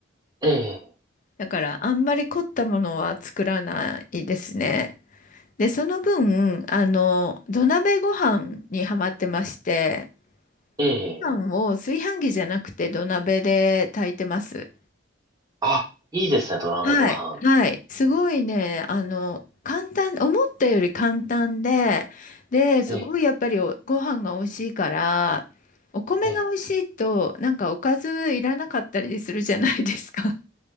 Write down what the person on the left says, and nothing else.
だからあんまり凝ったものは作らないですね。で、その分、あの、土鍋ご飯にハマってまして、
ご飯を炊飯器じゃなくて土鍋で炊いてます。
はい。はい。すごいね、あの、簡単、思ったより簡単で、で、すごいやっぱりおご飯が美味しいから、
お米が美味しいと、
なんかおかずいらなかったりするじゃないですか。